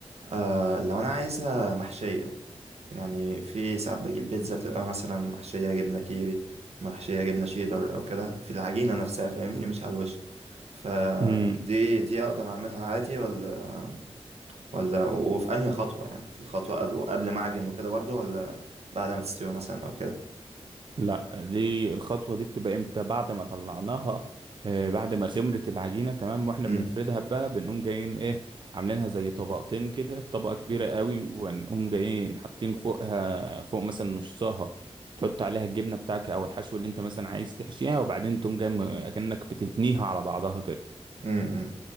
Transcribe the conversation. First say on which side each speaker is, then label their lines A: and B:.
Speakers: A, on the right; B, on the right.
A: آه لو انا عايزها محشية يعني في ساعات بجيب بيتزا بتبقى مثلا محشية جبنة كيري محشية جبنة شيدر او كده في العجينة نفسها فاهمني مش على الوش فدي
B: مم.
A: دي اقدر اعملها عادي ولا ولا وفي انهي خطوة يعني في الخطوة قبل وقبل ما اعجن وكده برضو ولا بعد ما تستوي مثلا او كده
B: لا دي الخطوة دي بتبقى امتى بعد ما طلعناها آه، بعد ما خمرت العجينة تمام واحنا
A: امم
B: بنفردها بقى بنقوم جايين ايه عاملينها زي طبقتين كده طبقة كبيرة قوي ونقوم جايين حاطين فوقها فوق مثلا نصها تحط عليها الجبنة بتاعك او الحشو اللي انت مثلا عايز تحشيها وبعدين تقوم جاي م- اكنك بتتنيها على بعضها كده
A: امم